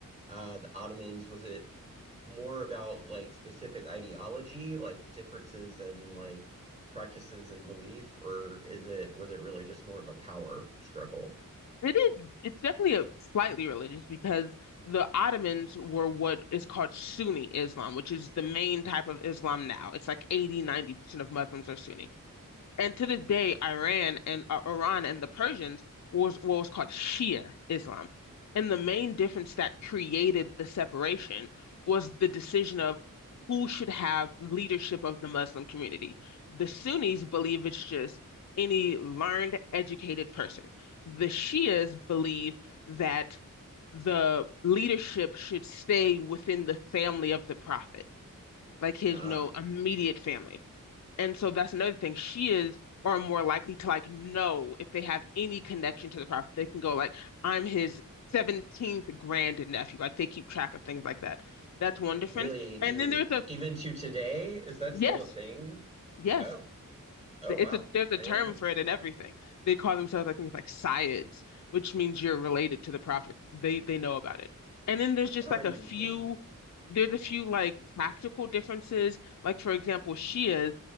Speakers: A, on the right; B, on the left.
A: uh, the Ottomans, was it more about like specific ideology, like differences in like practices and belief, or is it was it really just more of a power struggle?
B: It is. It's definitely a slightly religious because the Ottomans were what is called Sunni Islam, which is the main type of Islam now. It's like eighty, ninety percent of Muslims are Sunni. And to this day, Iran and uh, Iran and the Persians was what was called Shia Islam. And the main difference that created the separation was the decision of who should have leadership of the Muslim community. The Sunnis believe it's just any learned, educated person. The Shias believe that the leadership should stay within the family of the prophet, like his,
A: Ah,
B: you know, immediate family. And so that's another thing. She is are more likely to like know if they have any connection to the prophet. They can go like, I'm his 17th grandnephew. Like they keep track of things like that. That's one difference.
A: really do.
B: And then there's a
A: Even to today, is that
B: yes,
A: still a thing?
B: yes.
A: Oh, oh
B: It's
A: wow.
B: a there's a
A: Eh,
B: term for it and everything. They call themselves, I think like Syids, which means you're related to the prophet. They they know about it. And then there's just
A: oh,
B: like
A: I never.
B: a few there's a few like practical differences. Like for example, Shias,